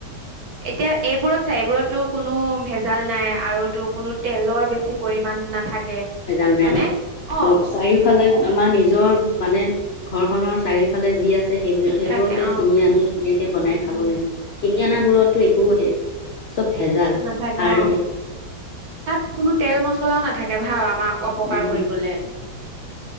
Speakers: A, on the right; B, on the left.
A: এতিয়া এইবোৰত চাৰি বোৰত টো কোনো ভেজাল নাই আৰু তো কোনো তেলৰ বেছি পৰিমাণ নাথাকে।
B: জানে
A: হয়নে
B: আৰু
A: অ
B: চাৰিওফালে আমাৰ নিজৰ মানে ঘৰখনৰ চাৰিওফালে যি আছে আছে সেই সেইবোৰকে
A: থাকে অ
B: চিঙি আনি ধুনীয়াকে বনাই
A: উম
B: খাব
A: উম
B: লাগে কিনি অনা
A: উম
B: বোৰতো একো সেই চব ভেজাল
A: নাথাকে
B: সাৰ
A: অ
B: দিয়া
A: তাত কোনো তেল মছলাও নাথাকে ভ মাক অপকাৰ
B: উম,
A: কৰিবলে